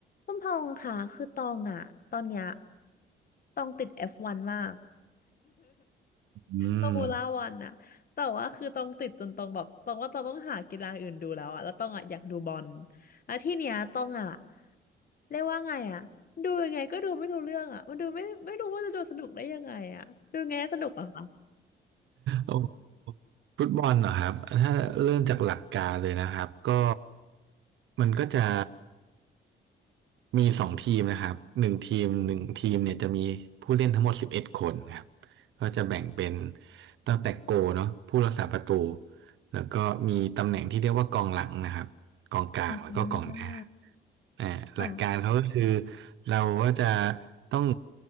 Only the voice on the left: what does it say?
คุณพองษ์ค่ะคือตองอะตอนเนี้ยตองติดเอฟวันมาก
<laughs> ฟอร์มูล่าวันนะแต่ว่าคือตองติดจนตองแบบตองว่าตองต้องหากีฬาอื่นดูแล้วอะแล้วตองอะอยากดูบอลแล้วที่เนี้ยตองอะเรียกว่าไงอะดูยังไงก็ดูไม่รู้เรื่องอะมันดูไม่ไม่รู้ว่าจะดูสนุกได้ยังไงอะดูยังไงให้สนุกอะคะ
อ่า
ค่ะ